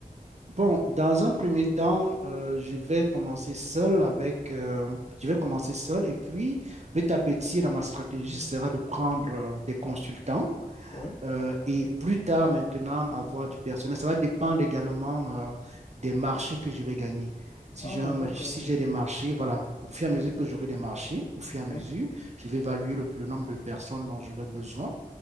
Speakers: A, on the right; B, on the left.
A: bon, dans un premier temps, euh, je vais commencer seul avec, euh, je vais commencer seul et puis petit à petit, dans ma stratégie, ce sera de prendre euh, des consultants
B: Ouais.
A: euh, et plus tard maintenant avoir du personnel. Ça va dépendre également euh, des marchés que je vais gagner. Si
B: Ah,
A: j'ai un,
B: d'accord.
A: si j'ai des marchés, voilà, au fur et à mesure que j'aurai des marchés, au fur et à
B: Ouais.
A: mesure, je vais évaluer le, le nombre de personnes dont j'aurai besoin,